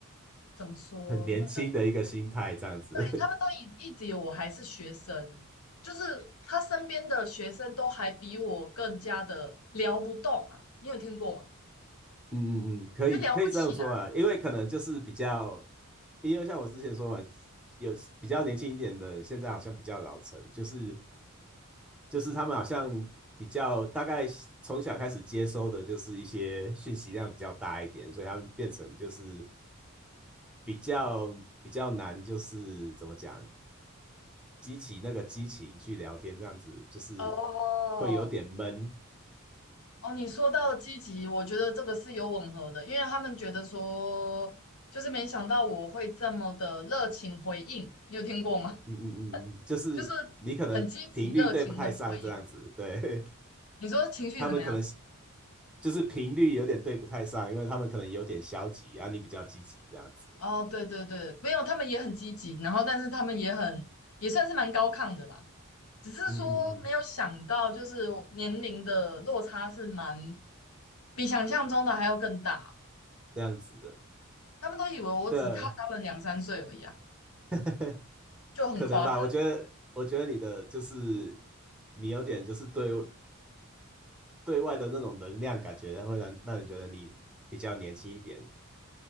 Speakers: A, on the left; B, in the centre.
A: 怎么说，
B: 很年轻的一个心态这样子，
A: 那叫对他们都一一直以为我还是学生，就是他身边的学生都还比我更加的聊不动啊，你有听过吗？
B: <laughs> 嗯嗯嗯，可以可以这样说啊，
A: 就聊不起来。
B: 因为可能就是比较，因为像我之前说嘛，有比较年轻一点的，现在好像比较老成，就是就是他们好像比较大概从小开始接收的就是一些讯息量比较大一点，所以他们变成就是比较比较难，就是怎么讲，激起那个激情去聊天这样子，就是
A: 哦
B: 会有点闷。
A: 哦，你说到积极，我觉得这个是有吻合的，因为他们觉得说，就是没想到我会这么的热情回应，你有听过吗？
B: 嗯嗯嗯，嗯就是你可能频率对不太上这样子，
A: <laughs> 就是很积极热情的回应。
B: 对，
A: 你说情绪怎么样？
B: <laughs> 他们可能是就是频率有点对不太上，因为他们可能有点消极啊，你比较积极这样子，
A: 哦，对对对，没有，他们也很积极，然后但是他们也很也算是蛮高亢的啦，只是说没有想到，
B: 嗯嗯嗯，
A: 就是年龄的落差是蛮比想象中的还要更大。
B: 这样子的，
A: 他们都以为我只大他们两三岁而已啊，
B: 对，<laughs>
A: 就很夸张。
B: 可能吧，我觉得我觉得你的就是你有点就是对对外的那种能量感觉，会让让人觉得你比较年轻一点，